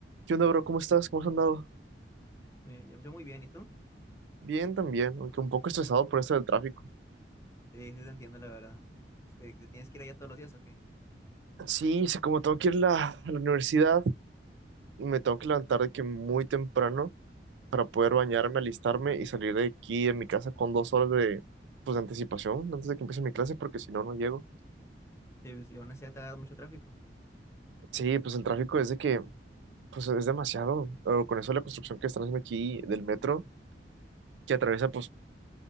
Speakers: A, on the right (about 85°); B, on the left (about 15°).
A: ¿Qué onda, bro? ¿Cómo estás? ¿Cómo has andado?
B: Muy bien, yo, yo muy bien, ¿y tú?
A: Bien también, aunque un poco estresado por esto del tráfico.
B: Sí, sí te entiendo, la verdad. Este, ¿que tienes que ir allá todos los días o qué?
A: Sí, sí, como tengo que ir la- a la universidad, me tengo que levantar de que muy temprano para poder bañarme, alistarme y salir de aquí de mi casa con dos horas de, pues, de anticipación antes de que empiece mi clase, porque si no, no llego.
B: Sí, pues, y aún así ya te hagas mucho tráfico.
A: Sí, pues el tráfico es de que, pues es demasiado. o con eso la construcción que están haciendo aquí del metro, que atraviesa pues